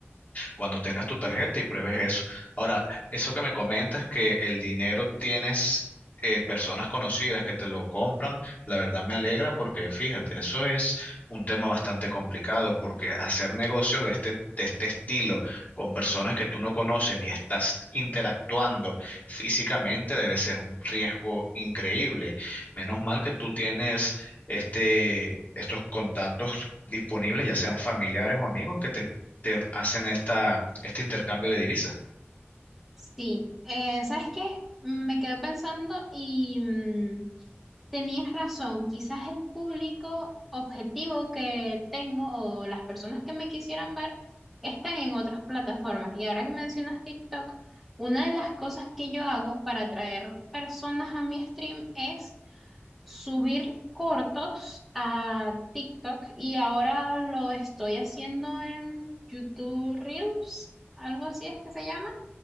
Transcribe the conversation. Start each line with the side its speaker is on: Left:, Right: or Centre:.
Left: cuando tengas tu tarjeta y pruebes eso. Ahora, eso que me comentas que el dinero tienes eh, personas conocidas que te lo compran, la verdad me alegra porque fíjate, eso es un tema bastante complicado porque hacer negocios de este, de este estilo con personas que tú no conoces ni estás interactuando físicamente debe ser un riesgo increíble. Menos mal que tú tienes este, estos contactos disponibles, ya sean familiares o amigos, que te te hacen esta, este intercambio de divisas.
Centre: Sí, eh, ¿sabes qué? Me quedé pensando y mm, Tenías razón, quizás el público objetivo que tengo o las personas que me quisieran ver están en otras plataformas. Y ahora que mencionas TikTok, una de las cosas que yo hago para atraer personas a mi stream es subir cortos a TikTok y ahora lo estoy haciendo en YouTube Reels, algo así es que se llama.